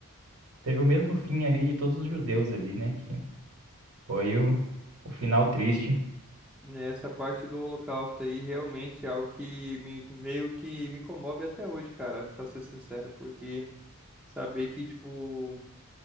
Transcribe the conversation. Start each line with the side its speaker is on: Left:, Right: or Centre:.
Right: teve o mesmo fim ali de todos os judeus ali, né? Que foi o, o final triste.
Centre: né? Essa parte do Holocausto aí realmente é algo que me, meio que me comove até hoje, cara, pra ser sincero, porque saber que, tipo,